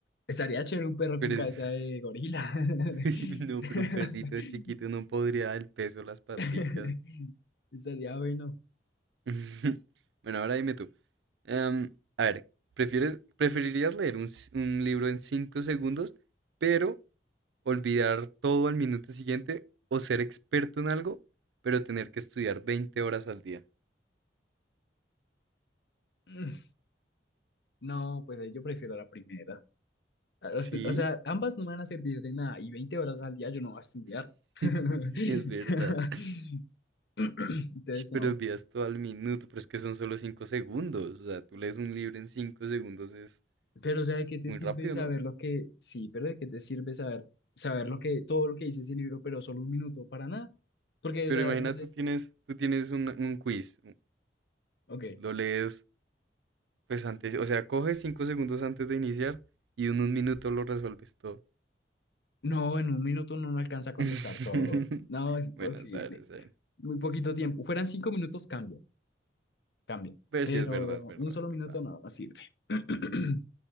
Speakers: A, on the left; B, on the right.
A: estaría chévere un perro
B: Pero
A: con cabeza
B: es...
A: de gorila.
B: <laughs> No,
A: <laughs>
B: pero un perrito chiquito no podría dar el peso, las paticas.
A: <laughs> Estaría bueno.
B: <laughs> Bueno, ahora dime tú. Em, a ver, ¿prefieres, preferirías leer un, s- un libro en 5 segundos, pero olvidar todo al minuto siguiente, o ser experto en algo, pero tener que estudiar 20 horas al día?
A: Mm, No, pues ahí yo prefiero la primera. Ah, os-
B: Sí,
A: O sea, ambas no me van a servir de nada y 20 horas al día yo no voy a estudiar.
B: <laughs>
A: <laughs>
B: sí, es verdad. <laughs>
A: Entonces, no.
B: Pero envías todo al minuto, pero es que son solo 5 segundos. O sea, tú lees un libro en 5 segundos, es
A: Pero, o sea, ¿de qué
B: muy
A: te sirve
B: rápido,
A: saber
B: ¿no?
A: lo que... Sí, pero ¿de qué te sirve saber, saber lo que, todo lo que dice ese libro, pero solo un minuto para nada? Porque,
B: Pero
A: o sea,
B: imagina,
A: no sé.
B: tú tienes, tú tienes un, un quiz, u-
A: Ok.
B: lo lees, pues antes, o sea, coges 5 segundos antes de iniciar y en un minuto lo resuelves todo.
A: No, en un minuto no me alcanza a contestar
B: <laughs>
A: todo. No, es imposible.
B: bueno, es verdad, ver
A: Muy poquito tiempo. Fueran cinco minutos, cambia. Cambia.
B: Ver
A: Pero
B: si es verdad, es verdad,
A: un solo
B: es verdad.
A: minuto no, no sirve. <clears throat>